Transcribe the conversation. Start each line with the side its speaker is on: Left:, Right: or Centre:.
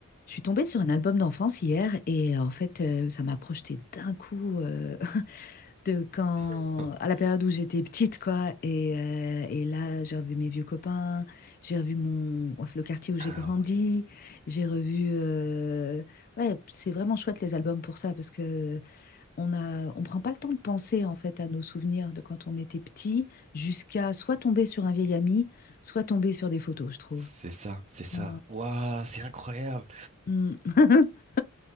Left: Je suis tombée sur un album d'enfance hier et euh, en fait, euh, ça m'a projeté d'un coup euh, <laughs> de quand
Right: <laughs>
Left: à la période où j'étais petite, quoi. Et, euh, et là, j'ai revu mes vieux copains, j'ai revu mon ouf, le quartier où j'ai
Right: Ah
Left: grandi,
Right: ouais,
Left: j'ai revu. euh, Ouais, c'est vraiment chouette les albums pour ça parce que on a, on prend pas le temps de penser en fait à nos souvenirs de quand on était petit jusqu'à soit tomber sur un vieil ami, soit tomber sur des photos, je trouve.
Right: c'est ça, c'est ça.
Left: Ouais.
Right: Waouh, c'est incroyable.
Left: Mm. <laughs>